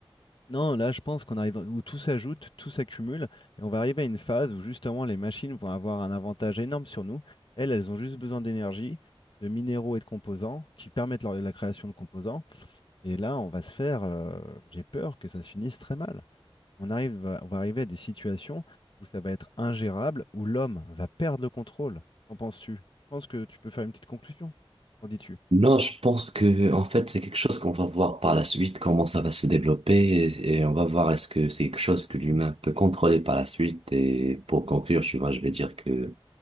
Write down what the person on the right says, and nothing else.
Non, je pense que en fait c'est quelque chose qu'on va voir par la suite comment ça va se développer et, et on va voir est-ce que c'est quelque chose que l'humain peut contrôler par la suite et pour conclure tu vois je vais dire que